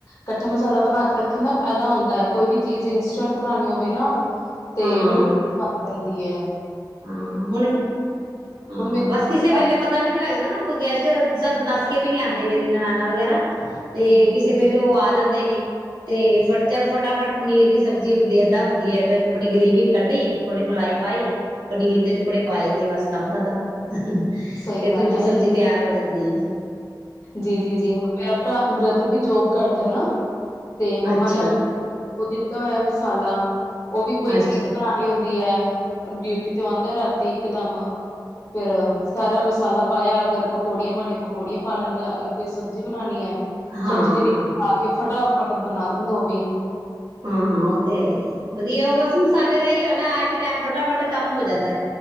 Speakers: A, on the left; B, on the right.
A: ਕੱਠਾ ਮਸਾਲਾ ਬਣਾ ਕੇ ਰੱਖਣ ਨਾ ਫਾਇਦਾ ਹੁੰਦਾ, ਕੋਈ ਵੀ ਚੀਜ਼ ਇੰਸਟੈਂਟ ਬਨਾਨੀ ਹੋਵੇ ਨਾ ਤੇ
B: ਹਾਂ,
A: ਬੜੀ, ਦੀ ਐ।
B: ਹਾਂ, ਹੁਣ ਹਾਂ,
A: ਹੁਣ ਮੇਰਾ
B: ਬਸ ਕਿਸੇ ਵੇਲੇ ਪਤਾ ਵੀ ਨਹੀਂ ਲੱਗਦਾ, ਨਾ ਕੋਈ ਗੈਸਟ ਸਾਨੂੰ ਦੱਸ ਕੇ ਵੀ ਨੀ, ਆਂਦੇ ਮੇਰੇ ਨਣਾਨਾ ਵਗੈਰਾ ਤੇ
A: ਜੀ
B: ਕਿਸੇ
A: ਜੀ ਜੀ
B: ਵੇਲੇ ਉਹ ਆ ਜਾਂਦੇ ਨੇ। ਤੇ ਫ ਚੱਲ ਫਟਾਫਟ ਪਨੀਰ ਦੀ ਸਬਜ਼ੀ ਹੁੰਦੀ, ਏਦਾਂ ਹੁੰਦੀ ਹੈ ਆਪਣੀ ਗ੍ਰੇਵੀ ਕੱਢੀ ਥੋੜੀ ਮਲਾਈ ਪਾਈ। ਪਨੀਰ ਦੇ ਟੁਕੜੇ ਪਾਏ ਤੇ, ਬਸ ਕੰਮ ਖਤਮ। ਫ਼ਿਰ
A: ਸਹੀ ਗੱਲ
B: ਦੂਜੀ
A: ਹੈ
B: ਸਬਜ਼ੀ ਤਿਆਰ ਹੋ ਜਾਂਦੀ ਏ।
A: ਜੀ, ਜੀ, ਜੀ ਹਰ ਮੇਰਾ ਭਰਾ ਬ੍ਰਦਰ ਵੀ ਜੋਬ ਕਰਦਾ ਨਾ ਤੇ ਮੰਮਾ
B: ਅੱਛਾ।
A: ਨੇ, ਉਹਨੂੰ- ਉਹ ਦਿੱਤਾ ਹੋਇਆ, ਮਸਾਲਾ। ਉਹ ਵੀ, ਕੋਈ
B: ਅੱਛਾ
A: ਚੀਜ਼ ਬਣਾਉਣੀ ਹੁੰਦੀ ਹੈ। ਡਿਊਟੀ ਤੇ ਆਉਂਦਾ ਰਾ ਇੱਕਦਮ। ਫੇਰ, ਸਾਰਾ ਮਸਾਲਾ ਪਾਇਆ ਅਗਰ ਪਕੋੜੀਆਂ ਪਾਨੀਆਂ, ਪਕੋੜੀਆਂ ਪਾ ਲੈਂਦਾ, ਅਗਰ ਕੋਈ ਸਬਜ਼ੀ ਬਣਾਨੀ ਐ।
B: ਹਾਂ
A: ਸਬਜ਼ੀ ਦੇ ਵਿੱਚ ਪਾ- ਕੇ ਫਟਾਫਟ ਬਣਾ ਦੋ ਦਿਨ।
B: ਹਾਂ, ਹਾਂ। ਉਹ ਤੇ ਹੈ ਹੀ, ਵਧੀਆ ਉਹ ਬਸ ਮਸਾਲੇ ਦਾ ਹੀਈ ਆਏ ਤੇ ਟਾਈਮ ਫਟਾਫਟ ਕੰਮ ਹੋ ਜਾਂਦਾ।